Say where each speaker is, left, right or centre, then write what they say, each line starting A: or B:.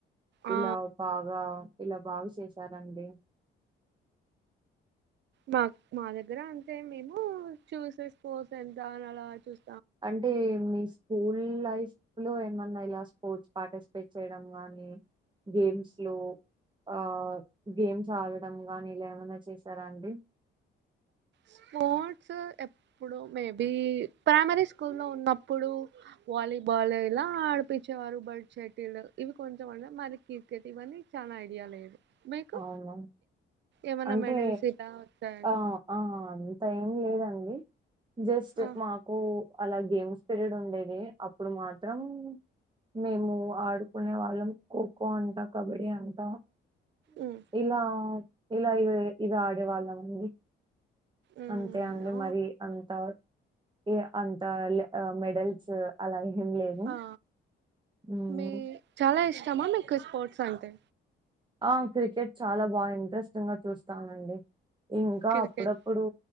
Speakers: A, on the right (about 65°); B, on the right (about 25°).
A: ఆ
B: ఇలా బాగా ఇలా బాగు చేసారండి.
A: నాక్ మా దగ్గర అంతే మేము చూసేస్కో ఎంత అని అలా చూస్
B: అంటే మీ స్కూల్ లైఫ్ లో ఏమన్నా లాస్ స్పోర్ట్స్ పార్టిసిపేట్ చేయడం గానీ, గేమ్స్ లో ఆ గేమ్స్ ఆడడం గానీ ఇలా ఏమనా చేసారా అండి?
A: స్పోర్ట్స్ ఎప్పుడు మేబి ప్రైమరీ స్కూల్ లో ఉన్నప్పుడు, వాలీబాల్ ఇలా ఆడిపి చేవారు బల్డ్ చెటిల్ ఇవి కొంచెం అన్నా మరి క్రికెట్ ఇవన్నీ చాలా ఐడియా లేదు. మీకు
B: అవునా
A: ఏమనా
B: అంటే
A: మెడల్స్ ఇద వచ్చాయండి
B: ఆ ఆ అంత ఏం లేదండి జస్ట్
A: ఆ
B: మాకు అలా గేమ్స్ పీరియడ్ ఉండేది అప్పుడు మాత్రం మేము ఆడుకునే వాళ్ళం ఖోఖో అంట కబడ్డీ అంట
A: ఉమ్
B: ఇలా ఇలా ఇగొ ఇది ఆడేవాళ్ళ మండి
A: ఉమ్
B: అంతే
A: అవునా?
B: అండి మరి అంత ఇగ అంత ల్ మెడల్స్ అలా ఏం లేదు
A: ఆ
B: హ్మ్.
A: మీ చాలా ఇష్టం ఇష్టమా మీకు స్పోర్ట్స్ అంటే
B: ఆ క్రికెట్ చాలా బాగా ఇంట్రెస్టింగ్ గా చూస్తానండి ఇంకా
A: క్రికెట్
B: అప్పుడప్పుడూ